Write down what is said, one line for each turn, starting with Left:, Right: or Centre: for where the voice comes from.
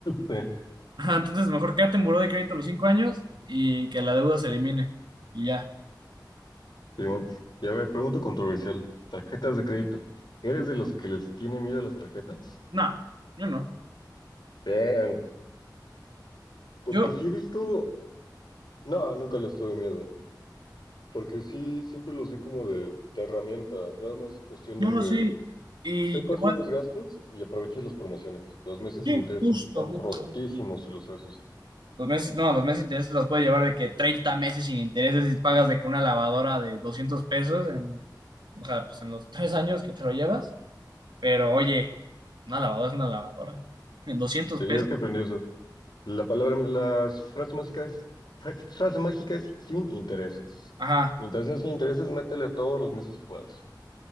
Left: créeme.
Right: <laughs> Ajá, Entonces, mejor quédate en buró de crédito a los cinco años y que la deuda se elimine y ya.
Left: Simón. Y a ver, pregunta controversial. Tarjetas de crédito. ¿Eres de los que les tiene miedo a las tarjetas?
Right: No, yo no.
Left: Bien, porque
Right: Yo,
Left: sí he visto... No, nunca les tuve miedo. Porque sí, siempre los vi como de, de herramienta. Nada más es cuestión
Right: No,
Left: de que
Right: sí. Y
Left: Sepas
Right: te voy
Left: bien los
Right: a-
Left: gastos y aproveches las promociones. Los meses
Right: Sí,
Left: sin intereses
Right: justo,
Left: están
Right: justo.
Left: rotísimos si lo sabes usar.
Right: Los meses, no, los meses de intereses los puedes llevar de que 30 meses sin intereses y pagas de que una lavadora de 200 pesos, en- o sea, pues en los tres años que te lo llevas. Pero oye, una lavadora es una lavadora. En doscientos
Left: Tenías
Right: pesos.
Left: que aprender eso. La palabra, las frases mágicas, fra- frase mágica es sin intereses.
Right: Ajá,
Left: Mientras sea sin intereses, métele todos los meses que puedas.